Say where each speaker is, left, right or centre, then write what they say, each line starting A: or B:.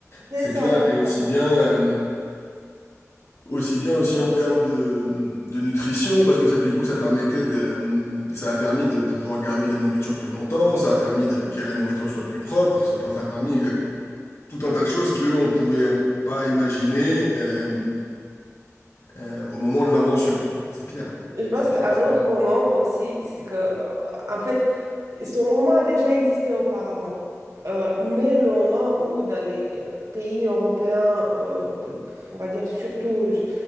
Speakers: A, on the right (about 75°); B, on the left (about 60°).
A: c'est
B: C'est
A: ça,
B: clair.
A: c'est
B: Et aussi
A: ça.
B: bien. Aussi bien aussi en termes de, de nutrition, parce que ça, du coup, ça permettait de, ça a permis de pouvoir garder de la nourriture plus longtemps, ça a permis de- que la nourriture soit plus propre, ça, enfin, ça a permis exact- tout un tas de choses qu'on pouvait euh, pas imaginer euh, euh, au moment de l'invention. C'est clair,
A: Je pense
B: c'est
A: qu'un
B: clair, c'est
A: autre
B: clair.
A: moment aussi, c'est que, euh, en fait, Ce moment a déjà existé auparavant, Euh, mais le moment où dans les euh, pays européens, euh, p- p- on va dire surtout, je-